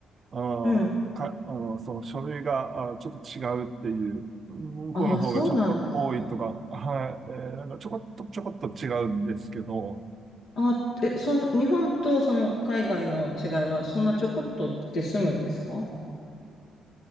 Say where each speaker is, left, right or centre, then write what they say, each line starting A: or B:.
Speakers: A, on the right (about 45°); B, on the left (about 65°).
A: あの、
B: うん。
A: か、あの、その書類が、あ、ちょっと違うっていう、向こうの方がちょっと多いとか、
B: ああ、そうなんですか。
A: はい、えーなんかちょこっと、ちょこっと違うんですけど、
B: あえ、そん、日本とその海外の違いは、そんなちょこっとで済むんですか